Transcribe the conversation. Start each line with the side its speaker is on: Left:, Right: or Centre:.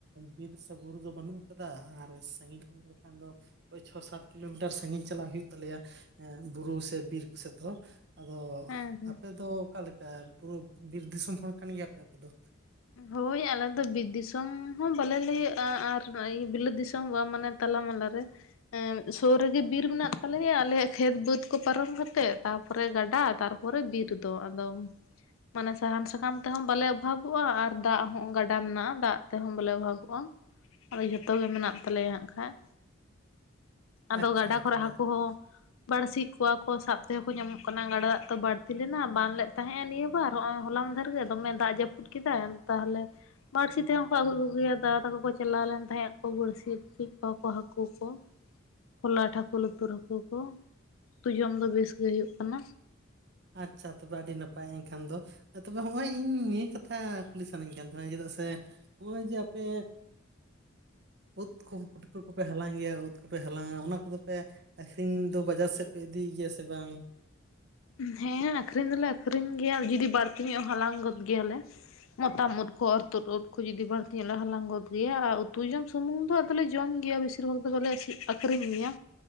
Right: ᱵᱤᱨ ᱥᱮ ᱵᱩᱨᱩ ᱫᱚ ᱵᱟᱹᱱᱩᱜ ᱟᱠᱟᱫᱟ ᱟᱨ ᱥᱟᱺᱜᱤᱧ ᱠᱷᱟᱱ ᱫᱚ ᱳᱭ ᱪᱷᱚ ᱥᱟᱛ ᱠᱤᱞᱳ ᱢᱤᱴᱟᱨ ᱥᱟᱺᱜᱤᱧ ᱪᱟᱞᱟᱜ ᱦᱩᱭᱩᱜ ᱛᱟᱞᱮᱭᱟ ᱮᱸ ᱵᱩᱨᱩ ᱥᱮᱫ ᱵᱤᱨ ᱠᱚᱥᱮᱫ ᱫᱚ ᱟᱫᱚ
Left: ᱦᱮᱸ ᱦᱮᱸ
Right: ᱟᱯᱮ ᱫᱚ ᱚᱠᱟ ᱯᱩᱨᱟᱹ ᱵᱤᱨ ᱫᱤᱥᱚᱢ ᱦᱚᱲ ᱠᱟᱱ ᱜᱮᱭᱟ ᱯᱮ ᱟᱯᱮ ᱫᱚ
Left: ᱦᱳᱭ ᱟᱞᱮ ᱫᱚ ᱵᱤᱨ ᱫᱤᱥᱚᱢ ᱦᱚᱸ ᱵᱟᱞᱮ ᱞᱟᱹᱭᱟᱹᱜᱼᱟ ᱟᱨ ᱱᱚᱜᱼᱚᱭ ᱵᱤᱞᱟᱹᱛ ᱫᱤᱥᱚᱢ ᱵᱟᱝ ᱢᱟᱱᱮ ᱛᱟᱞᱟ ᱢᱟᱞᱟ ᱨᱮ ᱥᱩᱨ ᱨᱮᱜᱮ ᱵᱤᱨ ᱢᱮᱱᱟᱜ ᱛᱟᱞᱮᱭᱟ ᱟᱞᱮᱭᱟᱜ ᱠᱷᱮᱛ ᱵᱟᱹᱫᱽ ᱠᱚ ᱯᱟᱨᱚᱢ ᱠᱟᱛᱮ ᱛᱟᱯᱚᱨ ᱛᱟᱯᱚᱨᱮ ᱜᱟᱰᱟ ᱛᱟᱨᱯᱚᱨᱮ ᱵᱤᱨ ᱫᱚ ᱟᱫᱚ ᱢᱟᱱᱮ ᱥᱟᱦᱟᱱ ᱥᱟᱠᱟᱢ ᱛᱮᱦᱚᱸ ᱵᱟᱞᱮ ᱚᱵᱷᱟᱵᱽ ᱼᱟ ᱟᱨ ᱫᱟᱜ ᱦᱚᱸ ᱜᱟᱰᱟ ᱢᱮᱱᱟᱜᱼᱟ ᱫᱟᱜ ᱛᱮᱦᱚᱸ ᱵᱚᱞᱮ ᱚᱵᱷᱟᱵᱽᱚᱜᱼᱟ ᱟᱫᱚ ᱡᱷᱚᱛᱚ ᱜᱮ ᱢᱮᱱᱟᱜ ᱛᱟᱞᱮᱭᱟ ᱦᱟᱸᱜ ᱠᱷᱟᱡ ᱟᱫᱚ
Right: ᱟᱪᱪᱷᱟ
Left: ᱜᱟᱰᱟ ᱠᱚᱨᱮ
Right: ᱛᱚᱵᱮ
Left: ᱦᱟᱹᱠᱩ ᱦᱚᱸ ᱵᱟᱺᱲᱥᱤ ᱮᱫ ᱠᱚᱣᱟ ᱠᱚ ᱥᱟᱵ ᱛᱮᱦᱚᱸ ᱠᱚ ᱧᱟᱢᱚᱜ ᱠᱟᱱᱟ ᱜᱟᱰᱟ ᱫᱟᱜ ᱛᱚ ᱵᱟᱹᱲᱛᱤ ᱞᱮᱱᱟ ᱵᱟᱱ ᱞᱮᱫ ᱛᱟᱦᱮᱸᱜᱼᱟᱭ ᱱᱤᱭᱟᱹ ᱵᱟᱨ ᱱᱚᱜᱼᱚᱭ ᱦᱚᱞᱟ ᱢᱟᱦᱫᱮᱨ ᱜᱮ ᱫᱚᱢᱮ ᱫᱟᱜ ᱡᱟᱹᱯᱩᱫ ᱠᱮᱫᱟᱭ ᱛᱟᱦᱚᱞᱮ ᱵᱟᱺᱲᱥᱤ ᱛᱮᱦᱚᱸ ᱠᱚ ᱟᱹᱜᱩ ᱭᱮᱫ ᱠᱚ ᱜᱮᱭᱟ ᱫᱟᱫᱟ ᱛᱟᱠᱚ ᱠᱚ ᱪᱟᱞᱟᱣ ᱞᱮᱱ ᱛᱟᱦᱮᱸᱫ ᱠᱚ ᱵᱟᱺᱲᱥᱤ ᱟᱹᱜᱩ ᱠᱮᱫ ᱠᱚᱣᱟ ᱠᱚ ᱦᱟᱹᱠᱩ ᱠᱚ ᱯᱷᱚᱞᱟᱴ ᱦᱟᱹᱠᱩ ᱞᱩᱛᱩᱨ ᱦᱟᱹᱠᱩ ᱠᱚ ᱩᱛᱩ ᱡᱚᱢ ᱫᱚ ᱵᱮᱥ ᱜᱮ ᱦᱩᱭᱩᱜ ᱠᱟᱱᱟ
Right: ᱟᱪᱪᱷᱟ ᱛᱚᱵᱮ ᱟᱹᱰᱤ ᱱᱟᱯᱟᱭ ᱮᱱᱠᱷᱟᱱ ᱫᱚ ᱛᱚᱵᱮ ᱦᱚᱸᱜᱼᱚᱭ ᱤᱧ ᱱᱤᱭᱟᱹ ᱠᱟᱛᱷᱟ ᱠᱩᱞᱤ ᱥᱟᱱᱟᱧ ᱠᱟᱱ ᱛᱟᱦᱮᱸᱱᱟ ᱪᱮᱫᱟᱜ ᱥᱮ ᱱᱚᱜᱼᱚᱭ ᱡᱮ ᱟᱯᱮ ᱩᱫ ᱠᱚ ᱯᱩᱴᱠᱟᱹ ᱠᱚᱯᱮ ᱦᱟᱞᱟᱝ ᱜᱮᱭᱟ ᱩᱫ ᱠᱚᱯᱮ ᱦᱟᱞᱟᱝᱟ ᱚᱱᱟ ᱠᱚᱫᱚ ᱯᱮ ᱟᱹᱠᱷᱨᱤᱧ ᱫᱚ ᱵᱟᱡᱟᱨ ᱥᱮᱫ ᱯᱮ ᱤᱫᱤᱭ ᱜᱮᱭᱟ ᱥᱮ ᱵᱟᱝ
Left: ᱦᱮᱸ ᱟᱠᱷᱨᱤᱧ ᱫᱚᱞᱮ ᱟᱠᱷᱨᱤᱧ ᱜᱮᱭᱟ ᱡᱩᱫᱤ ᱵᱟᱹᱲᱛᱤ ᱧᱚᱜ ᱦᱚᱸ ᱦᱟᱞᱟᱝ ᱜᱚᱫᱽ ᱜᱮᱭᱟᱞᱮ ᱢᱚᱛᱟᱢ ᱩᱫ ᱠᱚ ᱚᱨᱛᱩᱫ ᱩᱫ ᱠᱚ ᱡᱩᱫᱤ ᱵᱟᱹᱲᱛᱤ ᱧᱚᱜ ᱦᱟᱞᱟᱝ ᱜᱚᱫᱽ ᱜᱮᱭᱟ ᱟᱨ ᱩᱛᱩ ᱡᱚᱢ ᱥᱩᱢᱩᱝ ᱫᱚ ᱟᱫᱚᱞᱮ ᱡᱚᱢ ᱜᱮᱭᱟ ᱵᱮᱥᱤᱨ ᱵᱷᱟᱜᱽ ᱫᱚ ᱵᱟᱞᱮ ᱟᱠᱷᱨᱤᱧ ᱜᱮᱭᱟ